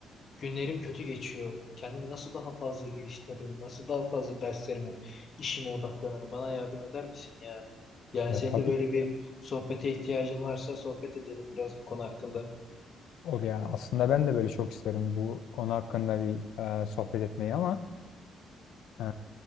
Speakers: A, on the left; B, on the left.
A: günlerim kötü geçiyor. Kendimi nasıl daha fazla geliştiririm? Nasıl daha fazla derslerime, işime odaklanırım? Bana yardım eder misin ya? Yani
B: Ya
A: senin
B: tabii
A: de böyle
B: ki
A: bir
B: de.
A: sohbete ihtiyacın varsa sohbet edelim biraz bu konu hakkında.
B: O yani aslında ben de böyle çok isterim bu konu hakkında bir e, sohbet etmeyi ama e,